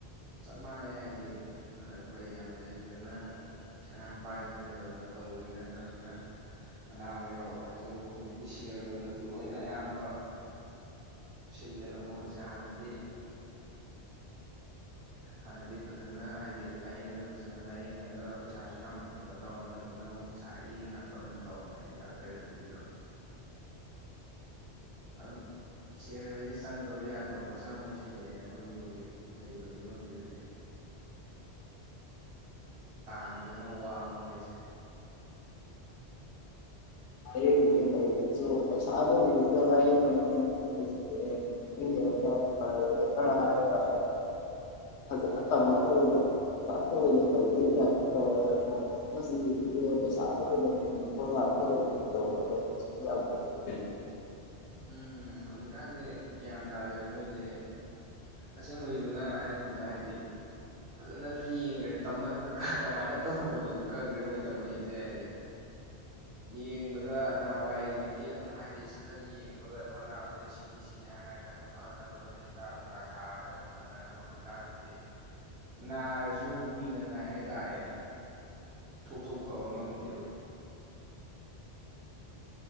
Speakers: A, on the right (about 70°); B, on the left (about 80°).
A: ꯆꯞ ꯃꯥꯟꯅꯩ ꯍꯥꯏꯗꯤ ꯑꯩꯈꯣꯏ ꯌꯥꯝ ꯂꯩꯗꯅ ꯄꯩꯁꯥ ꯌꯥꯝ ꯄꯥꯏꯗꯅ ꯀꯩꯗꯧꯗꯅ ꯇꯧꯕꯗꯤ ꯅꯠꯇꯕꯅꯤꯅ ꯑꯅꯥꯕ ꯌꯥꯎꯕ ꯍꯥꯏꯁꯤ ꯑꯗꯨꯕꯨ ꯍꯧꯖꯤꯛꯇꯤ ꯁꯦꯜꯅꯁꯨ ꯂꯣꯏꯅ ꯑꯌꯥꯝꯕ ꯁꯤꯜꯂꯦ ꯑꯗꯣ ꯃꯍꯨꯠꯁꯦ ꯍꯥꯟꯅꯗꯤ ꯍꯥꯟꯅꯗꯤ ꯐꯖꯅ ꯍꯥꯏꯗꯤ ꯂꯥꯏꯌꯦꯡꯉꯁꯨ ꯐꯖꯅ ꯂꯥꯏꯌꯦꯡꯉꯒ ꯄꯩꯁꯥꯁꯨ ꯌꯥꯝ ꯀꯩꯅꯣ ꯇꯧꯔꯝꯗꯦ ꯍꯧꯖꯤꯛꯅ ꯑꯃꯨꯛ ꯄꯩꯁꯥꯒꯤ ꯉꯥꯛꯇ ꯑꯣꯏꯅ ꯇꯧꯅꯔꯛꯦ ꯗꯥꯛꯇꯔꯁꯤꯡꯁꯤꯗ ꯑꯗꯨꯝ ꯁꯔꯗ ꯍꯥꯏꯁꯦ ꯆꯪꯗꯕ ꯌꯥꯗ꯭ꯔꯕ ꯄꯣꯠꯁꯥ ꯑꯃ ꯑꯣꯏꯁꯤꯜꯂꯛꯑꯦꯅ ꯑꯩꯈꯣꯏꯒꯤ ꯍꯧꯖꯤꯛ ꯂꯩꯔꯤꯕ ꯐꯤꯕꯝꯁꯤꯗꯗꯤ ꯇꯥꯟꯕꯗꯅ ꯋꯥꯕ ꯃꯣꯏꯁꯦ
B: ꯍꯥꯏꯌꯦꯅ ꯇꯧꯁꯤꯁꯨ ꯄꯩꯁꯥꯗ ꯑꯣꯏꯔꯒ ꯂꯥꯏꯌꯦꯡꯒꯒ ꯈꯔ ꯍꯥꯏꯔꯒ ꯐꯖꯅ ꯇꯝꯃꯛꯇꯕꯗꯣ ꯂꯇ ꯑꯣꯏꯅ ꯇꯧꯔꯦ ꯇꯧꯔꯦꯒ ꯐꯖꯅ ꯄꯩꯁꯥꯗ ꯑꯣꯏꯅ ꯉꯥꯛꯇ ꯑꯣ
A: ꯎꯝ ꯍꯧꯖꯤꯛꯀꯥꯟꯁꯦ ꯒ꯭ꯌꯥꯟ ꯇꯥꯗꯦꯕ ꯃꯣꯏꯁꯦ ꯑꯁꯦꯡꯕꯩꯁꯨ ꯅꯍꯥꯟ ꯅ ꯍꯥꯏꯒꯨꯝꯗ ꯍꯥꯏꯗꯤ ꯐꯖꯅꯁꯨ ꯌꯦꯡꯗ꯭ꯔꯦ ꯀꯃꯥꯏꯅ ꯇꯝꯃꯛꯄꯅꯣꯁꯨ ꯈꯪꯗ꯭ꯔꯦ ꯃꯣꯏ ꯇꯝꯃꯛꯏꯁꯦ ꯍꯥꯏꯗꯤ ꯌꯦꯡꯕꯗ ꯅꯍꯥꯟꯋꯥꯏꯒꯤꯗꯤ ꯑꯗꯨꯝ ꯍꯥꯏꯗꯤ ꯁꯠ ꯁꯠ ꯌꯦꯡꯕ ꯨꯝꯕꯒ ꯑꯗꯨꯝ ꯑꯅꯥꯕꯁꯦ ꯁꯤꯅꯤ ꯁꯤꯅꯤ ꯍꯥꯏꯔꯒ ꯑꯗꯨꯝ ꯐꯅꯕ ꯂꯣꯏꯅ ꯍꯤꯗꯥꯛ ꯂꯥꯡꯇꯥꯛ ꯊꯥꯔꯒ ꯑꯗꯨꯝ ꯐꯅꯔꯝꯃꯦ ꯍꯧꯖꯤꯛꯀꯥꯟꯁꯤꯗꯤ ꯅꯥꯔꯁꯨ ꯀꯨꯏꯅ ꯅꯥꯏ ꯍꯥꯏꯇꯥꯔꯦꯅꯦ ꯊꯣꯛꯇꯣꯛ ꯐꯕ ꯉꯝꯗꯦꯕ